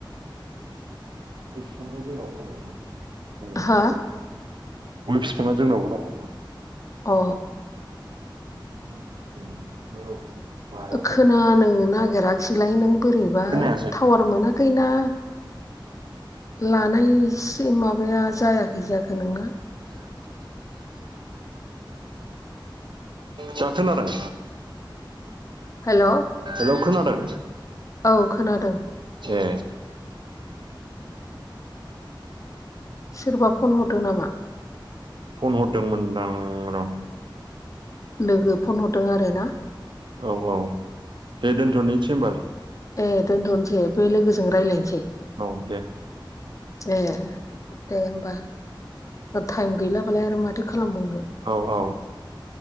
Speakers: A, on the right; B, on the left.
A: गोसोखांबा <unintelligible>
B: हा
A: गय बिफांङा जोंनावबो दं
B: अ
A: <unintelligible>
B: खोनानो नागिराखिसैलाय नों बोरैबा
A: खोनायासै
B: टावार मोनाखै ना लानायसो माबाया जायाखै जाखो नोंना? <inaudible>
A: दा खोनादों?
B: हेल'
A: हेलौ खोनादों?
B: औ खोनादों
A: ए
B: सोरबा फन हरदों नामा?
A: फन हरदोंमोनदां र'
B: लोगो फन हरदों आरोना
A: औ औ दे दोनथ'नोसै होम्बा
B: ओ दोनथ'नोसै बे लोगोजों रायजलायनोसै।
A: औ दे
B: ए दे होनबा। टाइम गैलाबालाय आरो माथो खालामबावनो?
A: औ औ